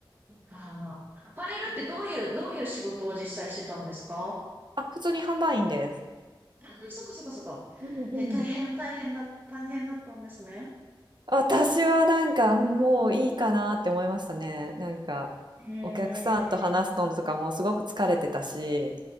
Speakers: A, on the right (about 25°); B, on the right (about 60°).
A: ああ、アパレルってどういう、どういう仕事を実際してたんですか
B: あ、普通に販売員です。
A: あ、そっかそっかそっか。
B: うんうん。
A: え、大変大変だ、大変だったんですね。
B: 私はなんかうんもういいかなって思いましたね。なんかお客さんと話すのとかもすごく疲れてたし、
A: へえ、